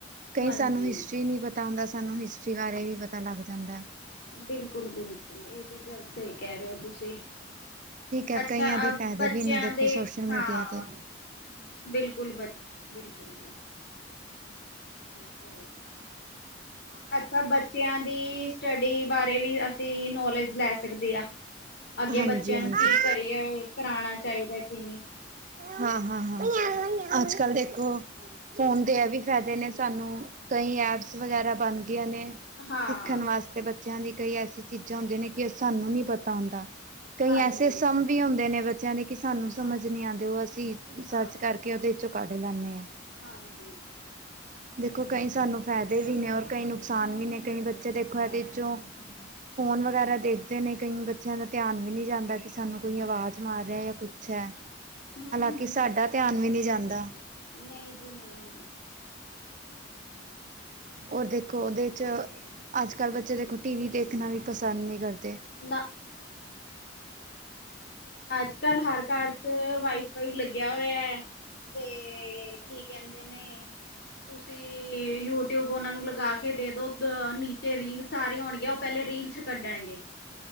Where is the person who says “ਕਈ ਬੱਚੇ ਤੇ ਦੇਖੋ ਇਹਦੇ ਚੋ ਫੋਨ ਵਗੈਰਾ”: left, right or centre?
Right